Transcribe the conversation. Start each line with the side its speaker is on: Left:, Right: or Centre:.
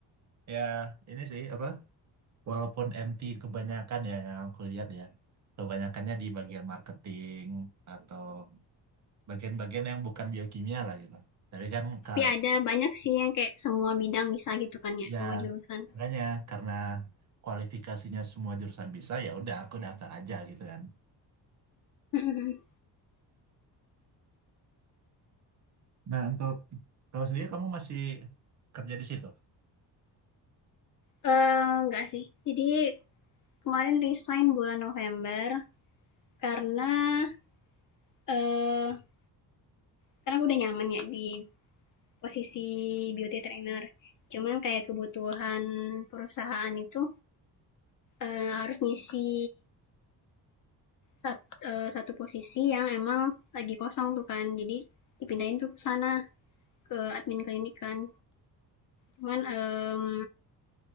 Right: ya ini sih apa? Walaupun MT kebanyakan ya yang aku lihat ya, kebanyakannya di bagian marketing atau bagian-bagian yang bukan biokimia lah gitu. Tapi kan kak,
Left: Tapi ada banyak sih yang kayak semua bidang bisa gitu kan ya,
Right: ya
Left: semua jurusan. <laughs>
Right: makanya karena kualifikasinya semua jurusan bisa, ya udah aku daftar aja gitu kan.
Left: Mhm.
Right: Nah untuk kamu sendiri kamu masih kerja di situ?
Left: Eh, enggak sih. Jadi kemarin resign bulan November karena eh karena aku udah nyaman ya di posisi beauty trainer. Cuman kayak kebutuhan perusahaan itu eh, harus ngisi sat- eh, satu posisi yang emang lagi kosong tuh kan. Jadi dipindahin tuh ke sana ke admin klinik kan. Cuman em,